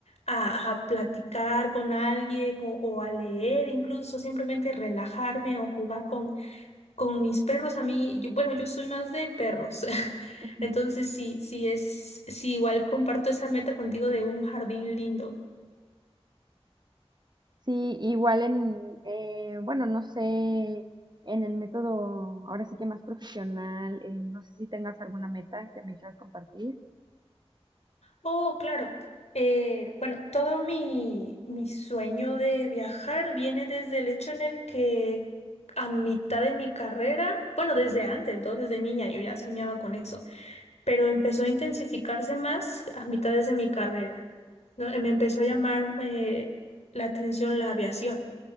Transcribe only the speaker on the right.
Ujú.
Sí, igual en, eh, bueno, no sé, en el método, ahora sí que más profesional, eh, no sé si tengas alguna meta que me quieras compartir.